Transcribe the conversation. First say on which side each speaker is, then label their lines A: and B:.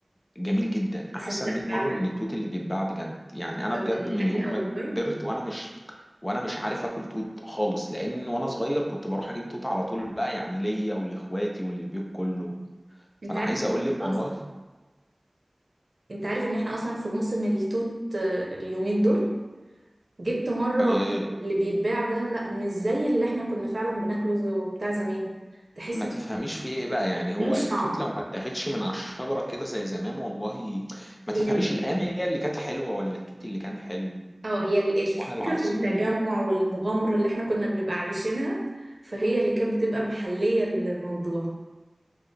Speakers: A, on the left; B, on the right.
A: جميل جدا احسن
B: تصدق
A: 100
B: فعلا
A: مره من التوت اللي بيتباع بجد يعني انا
B: تصدق
A: بجد
B: دي
A: من
B: حقيقة
A: يوم
B: والله
A: ما كبرت وانا مش وانا مش عارف اكل توت خالص لان وانا صغير كنت بروح اجيب توت على طول بقى يعني ليا ولاخواتي وللبيت كله
B: انت
A: فانا
B: عارف
A: عايز
B: ان
A: اقول
B: احنا
A: لك والله
B: اصلا انت عارف ان احنا اصلا في موسم التوت آه، اليومين دول جبت مرة
A: آه،
B: اللي بيتباع ده لا مش زي اللي احنا كنا فعلا بناكله زو- بتاع زمان تحس
A: ما تفهميش في ايه بقى يعني هو
B: ملوش
A: التوت
B: طعم
A: لو ما اتاخدش من على الشجره كده زي زمان والله ما
B: هي
A: تفهميش
B: ال-
A: الايام هي اللي كانت حلوه ولا التوت اللي كان حلو
B: اه هي ال- الفكرة
A: والله العظيم
B: في التجمع والمغامرة اللي احنا كنا بنبقى عايشينها فهي اللي كانت بتبقى محلية الموضوع